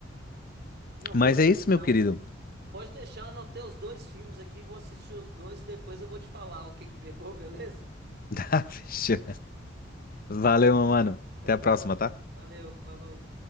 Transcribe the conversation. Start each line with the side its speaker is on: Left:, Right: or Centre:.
Right: Não,
Left: Mas
Right: beleza.
Left: é isso,
Right: então.
Left: meu querido.
Right: Pode deixar, eu anotei os dois filmes aqui, vou assistir os dois e depois eu vou te falar o que que pegou, <laughs> beleza?
Left: <laughs> Tá, fechou. Valeu, meu mano.
Right: Então
Left: Até a
Right: tá
Left: próxima,
Right: bom.
Left: tá?
Right: Valeu, falou.